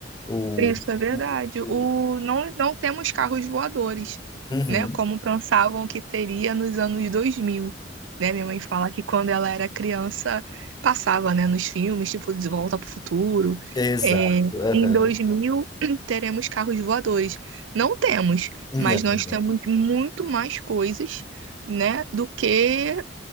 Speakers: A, on the left (about 20°); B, on the right (about 85°).
A: O...
B: Isso é verdade.
A: o-
B: O, não, não temos carros voadores,
A: Uhum,
B: né? Como pensavam que teria nos anos dois mil né? Minha mãe fala que quando ela era criança, passava, né? Nos filmes, tipo De Volta para o Futuro.
A: exato.
B: É,
A: aham.
B: em 2000 <clears throat> teremos carros voadores. Não temos,
A: Não.
B: mas nós temos muito mais coisas, né? Do que